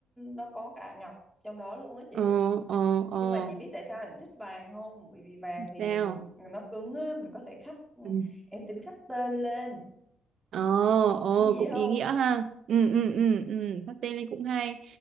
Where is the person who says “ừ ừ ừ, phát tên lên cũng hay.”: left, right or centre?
Right